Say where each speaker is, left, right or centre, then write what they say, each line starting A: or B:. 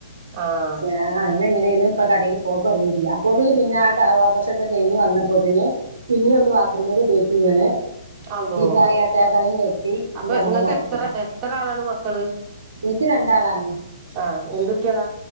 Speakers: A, on the right; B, on the right.
A: ആഹ്
B: ആ ഇ കടയിൽ പോക്ക തുടങ്ങിില്ല അപ്പോന് പിന്നെ ആ വഓപ്പൊഷോക്കെ ക്കെ കഴിഞ് വന്നപ്പോന് പിന്നെ ഒന്ന് ബാത്റൂമില് തേക്ക് വീണ്
A: അള്ളോ
B: ീപ <unintelligible> റ യാത്ര കളും കെട്ടി
A: അപ്പൊ
B: ഇവ അങ്ങനെ
A: ഇങ്ങക്ക്
B: നടക്കണ്ട്
A: എത്ര എത്ര ആളാണ് മക്കള്
B: എനിക്ക് രണ്ടാളാണ്
A: ആഹ് എന്തുട്ട്യാളാ